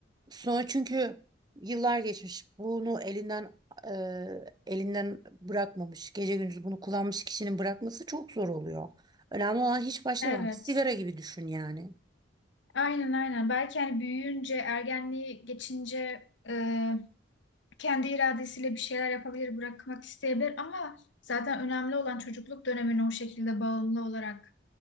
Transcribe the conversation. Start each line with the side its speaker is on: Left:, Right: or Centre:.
Right: sonra çünkü yıllar geçmiş bunu elinden e, elinden bırakmamış, gece gündüz bunu kullanmış kişinin bırakması çok zor oluyor. Önemli olan hiç başlamamak.
Left: Evet.
Right: Sigara gibi düşün yani.
Left: Aynen aynen. Belki hani büyüyünce, ergenliği geçince e, kendi iradesiyle bir şeyler yapabilir, bırakmak isteyebilir ama zaten önemli olan çocukluk dönemine o şekilde bağımlı olarak